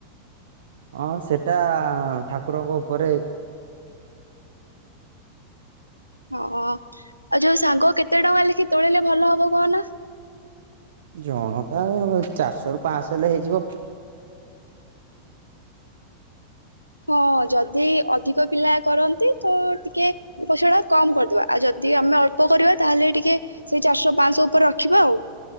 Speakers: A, on the right; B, on the left.
A: ହଁ ସେଟା ଠାକୁରଙ୍କ ଉପରେ
B: ହଁ ଆଉ ଯୋଉ ସାଙ୍ଗ କେତେ ଟଙ୍କା ଲେଖି ତୋଳିଲେ ଭଲ ହବ କହନା
A: ଜଣକା ଚାରିଶହ ରୁ ପାଞ୍ଚଶହ ହେଲେ ହେଇଯିବ।
B: ହଁ ଯଦି ଅଧିକ ପିଲା କରନ୍ତି ତ ଟିକେ ଉପଇସା ଟା କମ କରିଦବା ଆଉ ଯଦି ଆମେ ଅଳ୍ପ କରିବା ତାହେଲେ ଟିକେ ସେଇ ଚାରିଶହ ପାଞ୍ଚଶହ ଉପରେ ରଖିବା ଆଉ